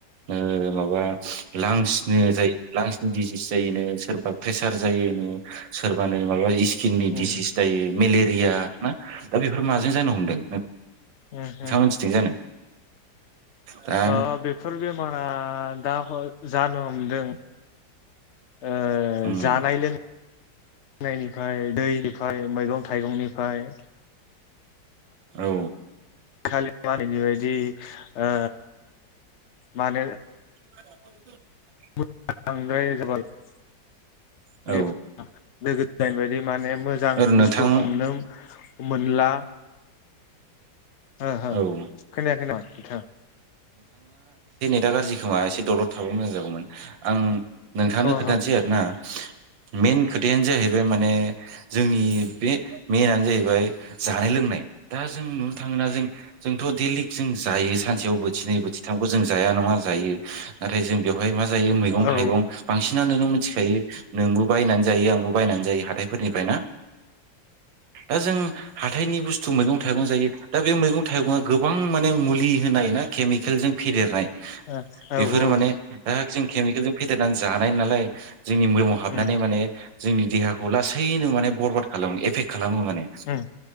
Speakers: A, on the right; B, on the left.
A: ओ माबा लांसनो जायो लांसनि डिजिस जायोनो सोरबा प्रेसार जायोनो सोरबानो माबा इस्किननि
B: ओ
A: डिसिस जायो मेले रिया ना दा बेफोर माजों जानो हमदों
B: ओ
A: नोंथांङा
B: ओ
A: मोनथिं जानो? दा
B: ओ बेफोर बेमारा दा हा जानो हमदों ओ
A: उम
B: जानाय लों नायनिफ्राय दैनिफ्राय मैगं थाइगंनिफ्राय
A: औ
B: खालि मालनि बायदि ओ मानो
A: <inaudible>
B: <unintelligible>
A: औ
B: माने मोजां
A: ओरै नोंथां
B: बुस्थु हमनो मोनला ओहो
A: औ
B: खोनायाखै नामा नोंथा
A: दा गाज्रि खोमा एसे दलद थाबा मोजां जागौमोन आं नोंथांनो
B: अ औ
A: खोनथानोसै आरोना मेन खोथ थायानो जाहैबाय माने जोंनि बे मेनानो जाहैबाय जानाय लोंनाय दा जों नुनो थाङोना जों जोंथ' दैलिक जों जायो सानसेयाव बोथिनै बोथिथामखौ जों जाया नङा जायो नाथाइ जों बेयाव ओमफ्राय मायो मैगं
B: औ
A: थाइगं बांसिनानो नों मिथिखायो नोंबो बायनानै जायो आंबो बायनानै जायो हाथायफोरनिफ्राय ना दा जों हाथाइनि बुस्थु मैगं थाइगं जायो दा बे मैगं थाइगङा गोबां माने मुलि होनाय ना केमिकेलजों फेदेरनाय
B: औ औ
A: बेफोरो माने दा जों केमिकेलजों फेदेरनानै जानाय नालाय जोंनि मोदोमाव हाबनानै
B: उम
A: माने जोंनि देहाखौ लासैनो माने बरबाद खालामो एफेक्ट खालामो माने
B: उम